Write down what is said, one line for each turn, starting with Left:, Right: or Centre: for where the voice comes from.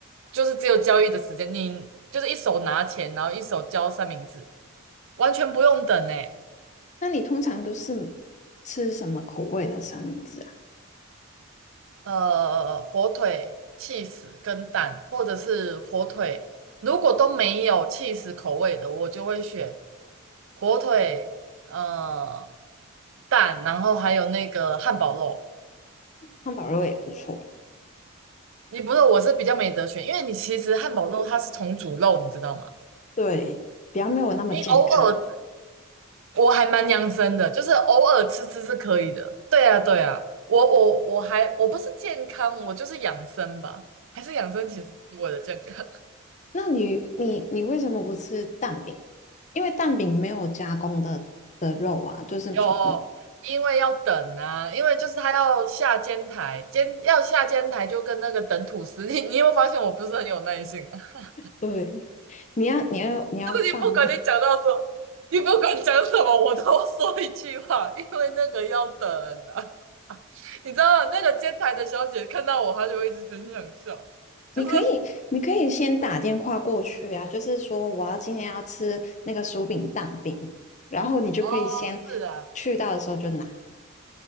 Right: 就是只有交易的时间，你就是一手拿钱，然后一手交三明治，完全不用等呢、
Left: 那你通常都是吃什么口味的三明治啊？
Right: 呃，火腿 cheese 跟蛋，或者是火腿，如果都没有 cheese 口味的，我就会选火腿，呃，蛋，然后还有那个汉堡肉。
Left: 汉堡肉也不错，
Right: 你不是，我是比较没得选，因为你其实汉堡肉它是重组肉，你知道吗？
Left: 对，比较没有那么健康。
Right: 你偶尔我还蛮养生的，就是偶尔吃吃是可以的。对啊，对啊，我我我还我不是健康，我就是养生吧，还是养生其实是为了健康。
Left: 那你你你为什么不吃蛋饼？因为蛋饼没有加工的的肉啊，就是从
Right: 有，
Left: <laughs>
Right: 因为要等啊，因为就是他要下监台，监要下监台就跟那个等吐司。你你有没有发现我不是很有耐性啊？<laughs>
Left: 对，你要你要你要放吗？
Right: 但是你不管你讲到说，你不管讲什么，我都说一句话，因为那个要等啊。<laughs> 你知道那个监台的小姐看到我，她就会一直很想笑，就是
Left: 你可以你可以先打电话过去啊，就是说我要今天要吃那个薯饼蛋饼，然后你就可以先
Right: 哦，是啊，
Left: 去到的时候就拿。